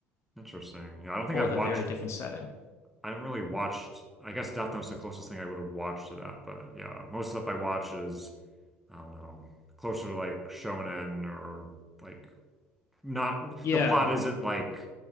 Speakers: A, in the centre; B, on the left.
A: Interesting. Yeah, I don't think
B: but with
A: I've
B: a
A: watched.
B: very different setting.
A: I haven't really watched. I guess Death Note's the closest thing I would have watched to that. But yeah, most stuff I watch is I don't know closer to like shonen or like not.
B: Yeah.
A: The plot isn't like